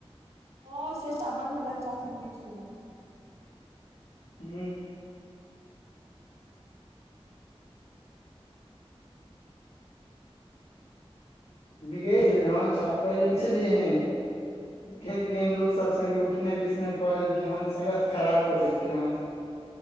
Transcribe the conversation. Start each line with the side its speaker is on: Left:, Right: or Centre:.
Right: हँ से तऽ बंड बच्चा सभ नहि सुनत
Left: हू बिगड़ छलै ह पहिले नलिय है केन केहन लोको सभ स्गे उठने बिसने कऽ लेलकिन हन स्त खराब कऽ देलक हन